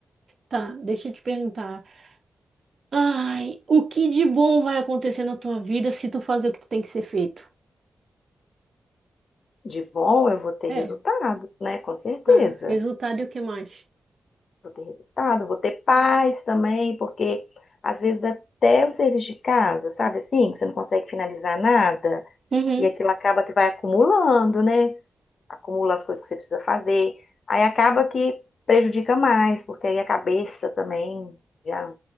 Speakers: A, on the right; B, on the left.
A: tá, deixa eu te perguntar. Ai, o que de bom vai acontecer na tua vida se tu fazer o que tu tem que ser feito?
B: De bom, eu vou ter
A: É,
B: resultado, né? Com certeza.
A: tá. Resultado e o que mais?
B: Vou ter resultado, vou ter paz também, porque às vezes até o serviço de casa, sabe assim, que você não consegue finalizar nada,
A: Uhum,
B: e aquilo acaba que vai acumulando, né? Acumula as coisas que você precisa fazer. Aí acaba que prejudica mais, porque aí a cabeça também já